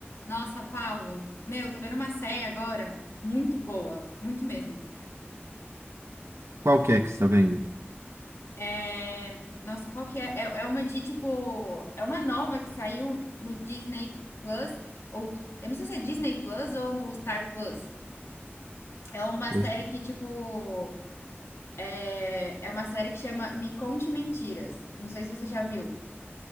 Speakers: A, on the left; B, on the right.
A: Nossa, Paulo, meu, tô vendo uma série agora muito boa, muito mesmo.
B: Qual que é que você tá vendo?
A: É, Nossa, qual que é? É, é uma de tipo, é uma nova que saiu no Disney Plus ou eu não sei se é Disney Plus ou Star Plus. É uma
B: Esse-
A: série que tipo, é, é uma série que chama Me Conte Mentiras. Não sei se você já viu.